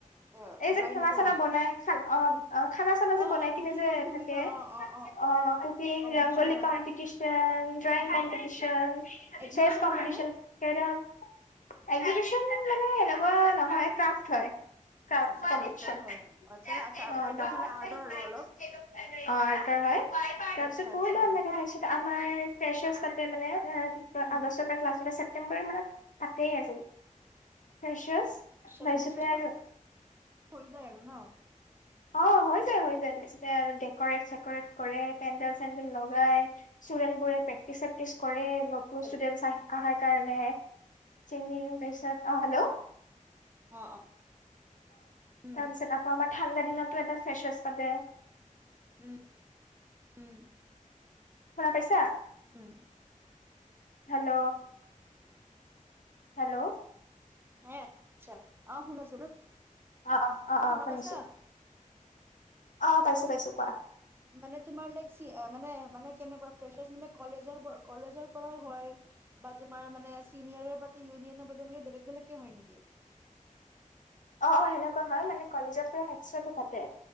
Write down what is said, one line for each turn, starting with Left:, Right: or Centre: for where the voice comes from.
Right: অ',
Left: এই যে,
Right: ব্লাইণ্ড
Left: খেলা
Right: ফল্ড
Left: চেলা বনাই খান অ' অ', খানা চানা যে,
Right: অ',
Left: বনাই
Right: অ',
Left: কিনে
Right: কুকিঙৰ
Left: যে,
Right: কুকিঙৰ
Left: থাকে
Right: অ', অ',
Left: অ', কুকিং,
Right: কম্পিটিচন
Left: ৰংগলি
Right: হয়
Left: কম্পিদিচন ড্ৰঙিং
Right: উম
Left: কম্পিটিচন,
Right: এক্সিবিচনো
Left: চেচ কম্পিটিচন,
Right: হয় নে
Left: কেৰেম একজিবিচন মানে এনেকুৱা নহয়, ক্ৰাফ্ট হয়। <unintelligible>
Right: আচ্ছা ক্ৰাফ্টৰ হয় আচ্ছা কাইণ্ড অফ
Left: অ', আৰ্টৰ
Right: মানে আৰ্টৰ আৰু অলপ
Left: হয়, তাৰপিছত
Right: আচ্ছা
Left: বহুত
Right: আচ্ছা
Left: ভাল লাগে <unintelligible> আমাৰ ফেচাচ পাতে মানে এ,
Right: উম
Left: আগষ্টৰ পৰা ক্লাছ হ'লে ছেপ্টেম্বৰ মানত পাত পাতেই আৰু, ফ্ৰেচাচ
Right: আচ্ছা,
Left: তাৰছতে
Right: মানে ফ্ৰেণ্ড
Left: আৰু
Right: হৈ যায় আৰু ন
Left: অ হৈ যায়, হৈ যায় তাৰছতে ডেকৰেট চেকৰেট কৰে, পেণ্ডেল, চেডেল লগাই ষ্টুডেণ্টবোৰে প্ৰেক প্ৰেকটিচ চেকটিচ কৰে, নতুন
Right: হেল্ল'
Left: ষ্টুডেটচ আহে আহাৰ কাৰণে <unintelligible> অ', হেল্ল' অ',
Right: অ অ উম
Left: তাৰপিছত আকৌ আমাৰ ঠাণ্ডা দিনতো এটা ফ্ৰেচাছ পাতে।
Right: উম, উম।
Left: শুনা পাইছা?
Right: উম।
Left: হেল্ল'! হেল্ল'!
Right: <unintelligible>
Left: অ অ অ অ
Right: শুনা
Left: শুনিছো
Right: পাইছা?
Left: অ', পাইছোঁ, পাইছোঁ কোৱা।
Right: মানে তোমাৰ লাইক কি, এ-মানে, মানে কেনেকুৱা ফ্ৰেছাৰছ মানে কলেজৰ‌ প, কলেজৰ পৰাও হয় বা তোমাৰ মানে চিনিয়ৰে পাতে ইউনিয়নৰ পাতে এনেকে বেলেগ, বেলেগকে হয়, নিকি?
Left: অ', অ', সেনেকুৱা হয়, মানে কলেজৰ পৰা এক্সট্ৰাকে পাতে।